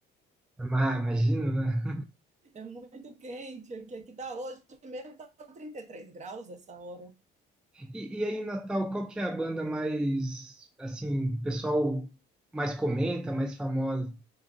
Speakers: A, in the centre; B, on the right.
A: Ah, imagino, né?
B: é muito quente aqui. Aqui tá hoje mesmo, tá 33 graus essa hora.
A: E, e aí, Natal, qual que é a banda mais, assim, o pessoal mais comenta, mais famosa?